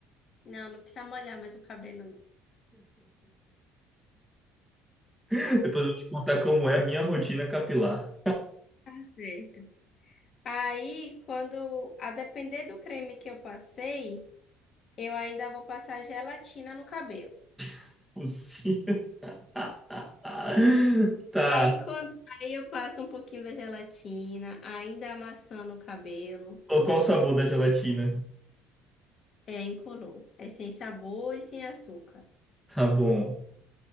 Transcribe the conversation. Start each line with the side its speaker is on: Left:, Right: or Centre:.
Left: Não, não precisa molhar mais o cabelo. não.
Centre: <laughs> Depois eu vou te contar como é a minha rotina capilar.
Left: Tá certo. Aí, quando, a depender do creme que eu passei, eu ainda vou passar gelatina no cabelo.
Centre: <laughs> Possível. <laughs> Tá.
Left: Aí quando, aí eu passo um pouquinho da gelatina, ainda amassando o cabelo.
Centre: Qual qual o sabor da gelatina?
Left: É incolor, é sem sabor e sem açúcar.
Centre: Tá bom.